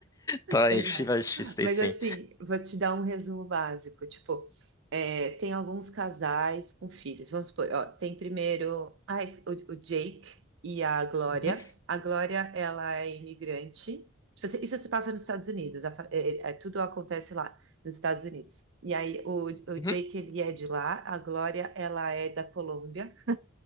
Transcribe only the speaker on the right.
Exato.
Mas
assim, vou te dar um resumo básico. Tipo, é, tem alguns casais com filhos. Vamos supor, ó, tem primeiro ah, es- o, o Jake e a Glória.
A Glória, ela é imigrante. Tipo assim, isso se passa nos Estados Unidos. a fa- é- é- é- tudo acontece lá, nos Estados Unidos. E aí, o, o
Jake, ele é de lá. A Glória, ela é da Colômbia.